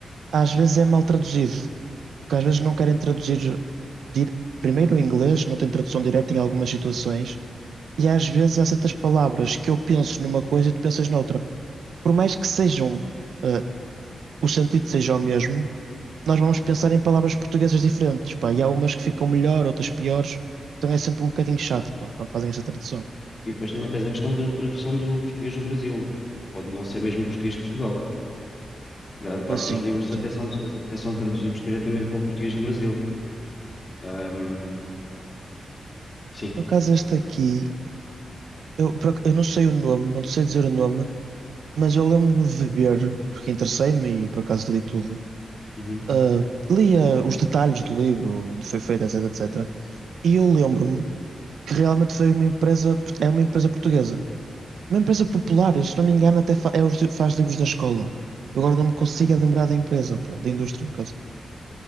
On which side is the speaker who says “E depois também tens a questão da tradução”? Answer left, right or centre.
Left